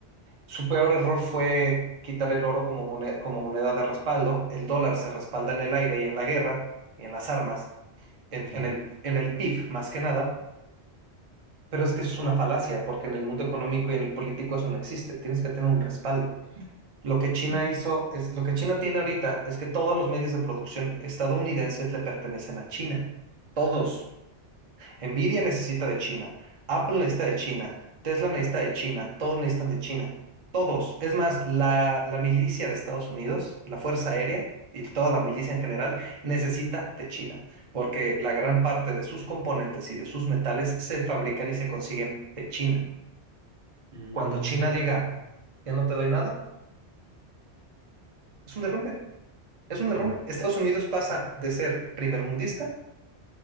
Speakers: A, on the right; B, on the right.
A: Su peor error fue quitar el oro como moneda, como moneda de respaldo. El dólar se respalda en el aire y en la guerra y en las armas, en,
B: mm,
A: en el, en el PIB más que nada. Pero es que eso es una falacia, porque en el mundo económico y en el político eso no existe. Tienes que tener un respaldo. Lo que China hizo es, lo que China tiene ahorita es que todos los medios de producción estadounidenses le pertenecen a China. Todos. Nvidia necesita de China, Apple necesita de China, Tesla necesita de China, todos necesitan de China. Todos. Es más, la, la milicia de Estados Unidos, la Fuerza Aérea y toda la milicia en general necesita de China, porque la gran parte de sus componentes y de sus metales se fabrican y se consiguen de China.
B: mm,
A: Cuando China diga, ya no te doy nada, es un derrumbe. Es un derrumbe.
B: mm,
A: Estados Unidos pasa de ser primermundista